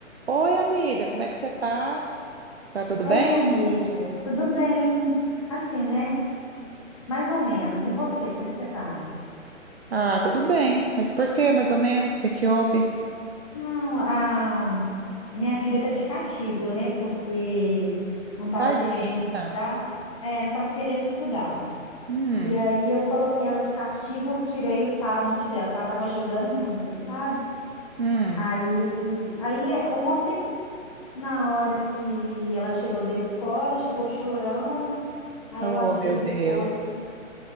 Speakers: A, on the right; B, on the left.
A: Oi, amiga, como é que você tá? Tá tudo
B: Ei,
A: bem?
B: amiga, tudo bem? Assim, né? Mais ou menos. E você, como é que você tá?
A: Ah, tudo bem. Mas por quê, mais ou menos? O que que houve?
B: Não, a, a minha filha tá de castigo, né? Porque não tava
A: Tadinha.
B: querendo estudar. É, não tava querendo estudar.
A: Hum,
B: E aí eu coloquei ela de castigo, tirei o tablet dela, porque ela tava jogando muito, sabe?
A: hum.
B: Aí, aí ontem, na hora que ela chegou da escola, chegou chorando. Aí
A: Oh,
B: eu achei
A: meu Deus.
B: que fosse.